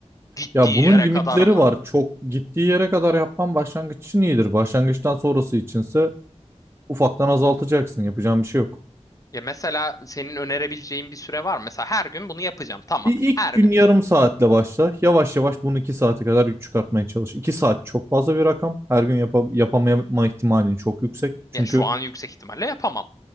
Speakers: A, on the left; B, on the right.
A: Gittiği
B: ya bunun
A: yere
B: limitleri
A: kadar mı?
B: var. Çok gittiği yere kadar yapman başlangıç için iyidir. Başlangıçtan sonrası içinse ufaktan azaltacaksın. Yapacağın bir şey yok.
A: Ya mesela senin önerebileceğin bir süre var mı? Mesela her gün bunu yapacağım. Tamam.
B: Bir ilk
A: Her
B: gün
A: gün.
B: yarım saatle başla. Yavaş yavaş bunu iki saate kadar çıkartmaya çalış. İki saat çok fazla bir rakam. Her gün yapa- yapamama ihtimalin çok yüksek. Çünkü
A: Ya şu an yüksek ihtimalle yapamam.